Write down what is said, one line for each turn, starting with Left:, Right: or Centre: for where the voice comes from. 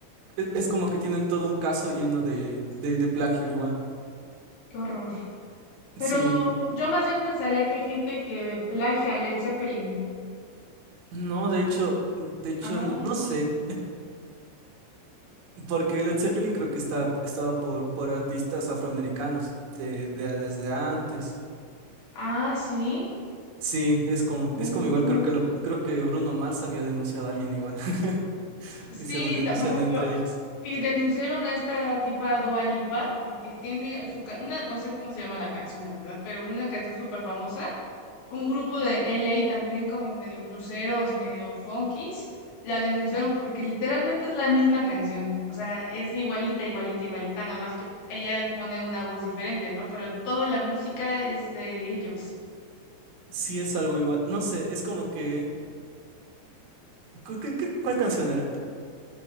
Right: e- es como que tienen todo un caso lleno de, de, de plagio igual.
Left: qué horror.
Right: Sí,
Left: Pero
Right: un-
Left: yo más bien pensaría que hay gente que plagia a Led Zeppelin.
Right: no, de hecho, de hecho,
Left: Ah,
Right: no, no sé, porque Led Zeppelin creo que está, estaba por, por artistas afroamericanos de, de- desde antes.
Left: ah, sí.
Right: Sí, es como,
Left: Oh.
Right: es como igual, creo que lo, creo que Bruno Mars había denunciado a alguien igual, <laughs>
Left: Sí,
Right: y se van denunciando
Left: ta- por ejemplo,
Right: entre ellos.
Left: y denunciaron a esta tipa Dua Lipa porque tiene su ca- una, no sé cómo se llama la canción, la verdad, pero una canción súper famosa. Un grupo de LA también como medio bluseros, medio funkies, la denunciaron porque literalmente es la misma canción. O sea, es igualita, igualita, igualita, nada más que ella pone una voz diferente, ¿no? Pero toda la música es de ellos.
Right: Sí es algo igual. No sé, es como que... ¿cu- qué- qué- ¿Cuál canción era?